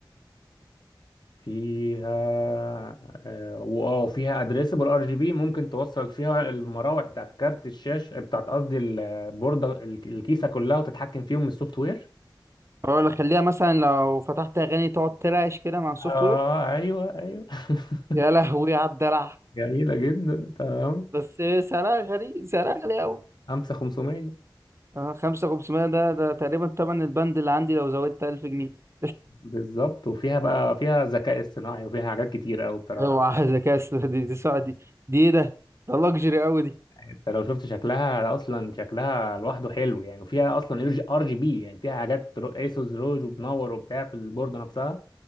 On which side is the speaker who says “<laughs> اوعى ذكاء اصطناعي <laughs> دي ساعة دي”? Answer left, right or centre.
Right